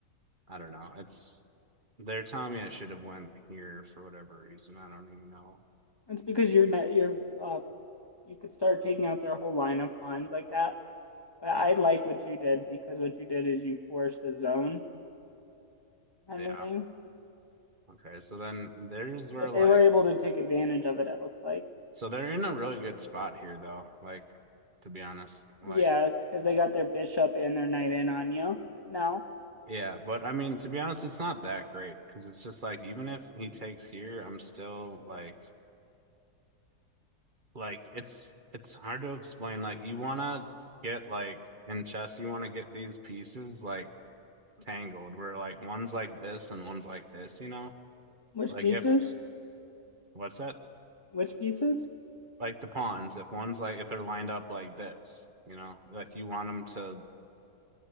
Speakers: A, on the right; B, on the left.
A: I don't know. It's they're telling me I should have went here for whatever reason. I don't even know.
B: it's because you're not you're uh you could start taking out their whole line of pawns like that. But
A: Yeah,
B: I like what you did because what you did is you forced the zone kind
A: yeah.
B: of thing.
A: Okay, so then there's where
B: But
A: like
B: they were able to take advantage of it. It looks like
A: so they're in a really good spot here though. Like to be honest, like
B: yes, yeah, because they got their bishop and their knight in on you now.
A: yeah, but I mean to be honest, it's not that great because it's just like even if he takes here, I'm still like. like it's it's hard to explain. Like you wanna get like in chess, you wanna get these pieces like tangled where like one's like this and one's like this, you know?
B: Which
A: Like
B: pieces?
A: if what's that?
B: Which pieces?
A: Like the pawns, if one's like if they're lined up like this, you know, like you want them to